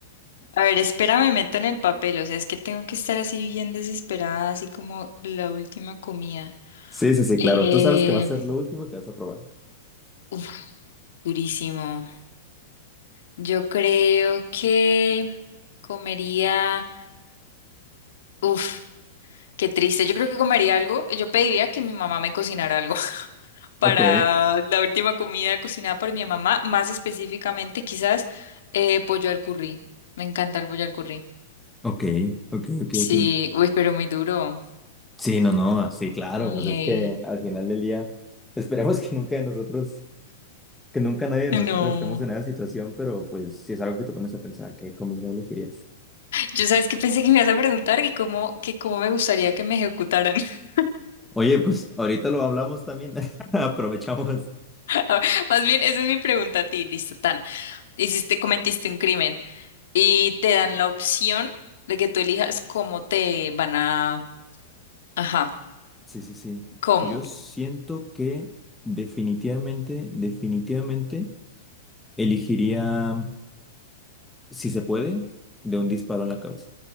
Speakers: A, on the left; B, in the centre.
A: A ver, espérame, me meto en el papel. O sea, es que tengo que estar así bien desesperada, así como la última comida.
B: Sí, sí, sí,
A: Eh,
B: claro. Tú sabes que va a ser lo último que vas a probar.
A: uf, durísimo. Yo creo que comería. Uf. Qué triste. Yo creo que comería algo. Yo pediría que mi mamá me cocinara algo <laughs> para
B: Ok,
A: la última comida cocinada por mi mamá, más específicamente quizás eh, pollo al curry. Me encanta el pollo al curry.
B: ok, ok, ok,
A: Sí,
B: ok.
A: uy, pero muy duro.
B: Sí, no, no, sí, claro,
A: Uy,
B: pues es
A: hey.
B: que al final del día, esperemos que nunca de nosotros que nunca nadie de
A: No.
B: nosotros estemos en esa situación, pero pues si es algo que tú pones a pensar, ¿qué comida elegirías?
A: Yo sabes que pensé que me ibas a preguntar que cómo, que cómo me gustaría que me ejecutaran. <laughs>
B: Oye, pues ahorita lo hablamos también. <laughs> Aprovechamos.
A: A ver, Más bien, esa es mi pregunta a ti. Listo, tan. Hiciste, cometiste un crimen y te dan la opción de que tú elijas cómo te van a... Ajá,
B: Sí, sí, sí.
A: ¿cómo?
B: Yo siento que definitivamente, definitivamente elegiría, si se puede, de un disparo en la cabeza.